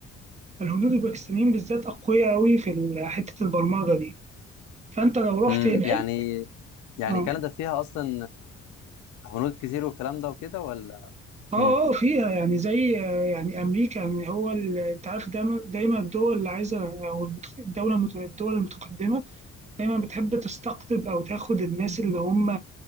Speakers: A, on the right (about 25°); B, on the left (about 70°).
A: الهنود والباكستانيين بالذات أقوياء أوي في ال- حتة البرمجة دي فأنت لو رحت
B: امم
A: هناك
B: يعني يعني
A: اه
B: كندا فيها اصلا هنود كتير والكلام ده وكده ولا
A: اه
B: امم
A: اه فيها يعني زي آه، يعني أمريكا يعني هو ال- أنت عارف دايما دايما الدول اللي عايزة أو المتق- الدولة المت- الدول المتقدمة دايما بتحب تستقطب أو تاخد الناس اللي هم